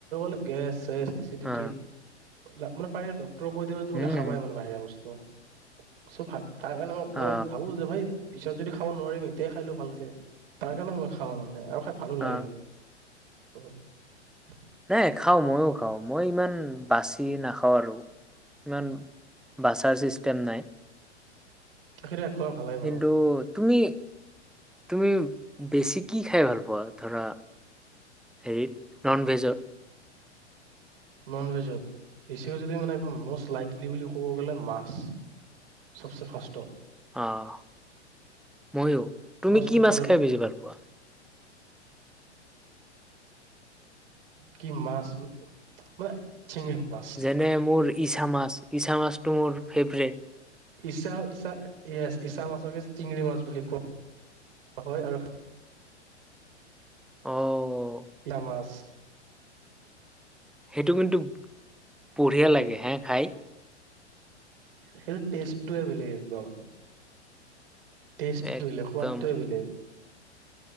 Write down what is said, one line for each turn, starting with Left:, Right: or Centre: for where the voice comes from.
Right: লগতে গেছ-চেছ, এচিডিটি
Centre: অ
Right: এইবিলাক, মানে পাৰিলে ডক্ত ডক্তৰে কৈ দিব যে তুমি
Centre: উম
Right: নাখাবাই ইমান বাহিৰা বস্তু, চ', ভাব তাৰ কাৰণে মই, মই
Centre: অ
Right: ভাবো যে ভাই পিছত যদি খাব নোৱাৰিম, এতিয়াই খাই লওঁ ভালকে। তাৰ কাৰণে মই খাওঁ মানে, আৰু খাই ভালো লাগে
Centre: অ
Right: <inaudible>
Centre: নাই, খাওঁ, মইও খাওঁ, মই ইমান বাচি নাখাওঁ আৰু ইমান বাচাৰ চিষ্টেম নাই।
Right: সেইটো এক প্ৰকাৰ ভালেই
Centre: কিন্তু
Right: বাৰু।
Centre: তুমি, তুমি বেছি কি খাই ভাল পোৱা? ধৰা হেৰিত, ননভেজত
Right: ননভেজত, বেছিকৈ যদি মানে একদম, মষ্ট লাইকলি বুলি ক'ব গ'লে, মাছ চবচে ফাৰ্ষ্টত
Centre: অ', মইও, তুমি
Right: মষ্ট
Centre: কি
Right: প্ৰিফাৰেবল
Centre: মাছ খাই বেছি ভাল পোৱা?
Right: কি মাছ? মানে শিঙি মাছ
Centre: যেনে মোৰ ইচা মাছ- ইচা মাছটো মোৰ ফেভৰেট।
Right: ঈছা- ইছা ইয়েচ ইছা মাছকে চিঙৰি মাছ বুলি কোৱা হয় আৰু
Centre: অ',
Right: নামাছ
Centre: সেইটো কিন্তু বঢ়িয়া লাগে হে খাই।
Right: সেইটো টেষ্টটোৱে বেলেগ একদম টেষ্ট <unintelligible>
Centre: একদম
Right: বেলেগ সোৱাদটোয়ে বেলেগ।